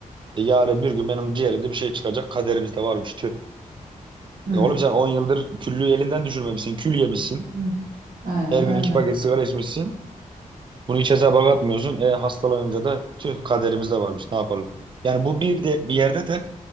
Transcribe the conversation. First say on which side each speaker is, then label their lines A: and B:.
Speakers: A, on the right; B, on the right.
A: E, yarın bir gün benim ciğerimde bir şey çıkacak kaderimizde varmış tüh.
B: Hı.
A: E oğlum sen 10 yıldır küllüğü elinden düşürmemişsin kül yemişsin.
B: Hı. Aynen
A: Her gün iki
B: öyle.
A: paket sigara içmişsin. Bunu hiç hesaba katmıyorsun. E hastalanınca da tüh kaderimizde varmış ne yapalım. Yani bu bir de bir yerde de